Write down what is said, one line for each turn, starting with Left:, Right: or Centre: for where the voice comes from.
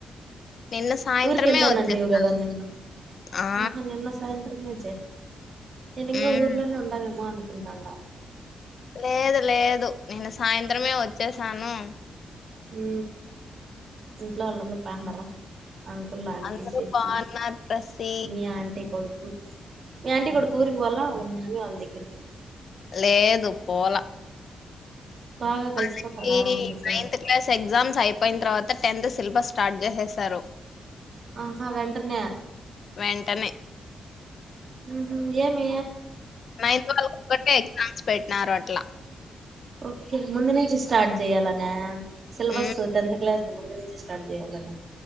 Left: నిన్న సాయంత్రమే
Right: ఊరికి వెళ్ళానండి
Left: వచ్చేసాను
Right: పోగేదా నిన్న
Left: ఆ
Right: ఆహా నిన్న సాయంత్రంమే నేనింగా
Left: మ్మ్
Right: ఊర్లోనే ఉండవేమ అనుకుంటాన
Left: లేదు లేదు నిన్న సాయంత్రమే వచ్చేసాను
Right: ఊ ఇంట్లో వాళ్ళందర్ బావుండార. అంకుల్ ఆంటీ
Left: అందరూ
Right: సిస్సి
Left: బాగున్నారు ప్రసి
Right: మీ ఆంటీ కొడుకు మీ ఆంటీ కొడుకు ఊరికి పోల అళ్ళ మమ్మీ వాళ్దగ్గరికి.
Left: లేదు పోల.
Right: బాగా కలిసిపోతాడా
Left: వాళ్లకీ
Right: మీతో
Left: నైన్త్ క్లాస్ ఎగ్జామ్స్ అయిపోయిన తర్వాత టెన్త్ సిలబస్ స్టార్ట్ జే చేస్తారు.
Right: ఆహా వెంట్రనే.
Left: వెంటనే.
Right: ఉహూ యేమీ.
Left: నైన్త్ వాళ్ళకొకటే ఎగ్జామ్స్ పెట్టినారట్ల.
Right: ఓకే ముందు నుంచి స్టార్ట్ జేయాలనా సిలబస్సు
Left: మ్,
Right: టెన్త్ క్లాస్ ముందు నుంచే స్టార్ట్ జేయాలనే.